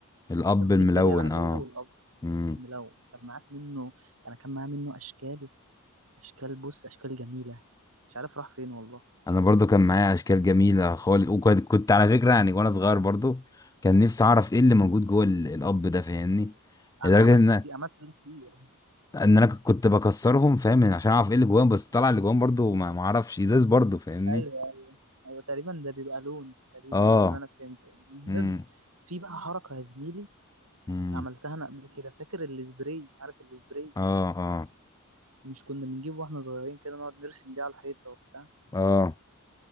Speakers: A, on the left; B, on the right.
A: الاب
B: كان في
A: الملون
B: البلية العادية
A: اه
B: والأب
A: امم
B: الملون كان معاك منه يعني كان معاه منه أشكال أشكال بص أشكال جميلة مش عارف راح فين والله
A: انا برضو كان معايا اشكال جميله خالص وكنت كنت على فكره يعني وانا صغير برضو كان نفسي اعرف ايه اللي
B: مم.
A: موجود جوه ال- الاب ده فاهمني لدرجه
B: أنا عملت
A: ان
B: كتير عملت كتير
A: ان انا كنت بكسرهم فاهم يعني عشان اعرف ايه اللي جواهم بس طلع اللي جواهم برضو ما ما اعرفش ازاز برضو فاهمني
B: ايوه ايوه ايوه تقريبا ده بيبقى لون تقريبا
A: اه
B: ده اللي انا فهمته المهم
A: امم
B: في بقى حركه يا زميلي
A: امم
B: عملتها انا قبل كده فاكر السبراي عارف السبراي
A: اه اه
B: مش كنا بنجيبه واحنا صغيرين كده نقعد نرسم بيه على الحيطه وبتاع
A: اه